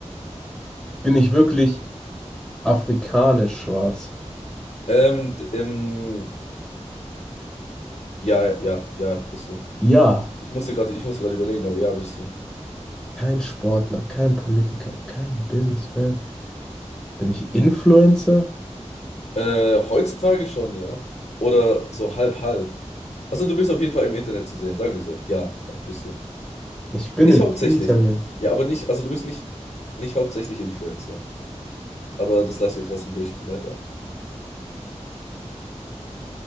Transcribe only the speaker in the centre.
bin ich wirklich afrikanisch schwarz?
Ja,
kein Sportler, kein Politiker, kein Businessman. Bin ich Influencer?
Ich bin
im
Internet.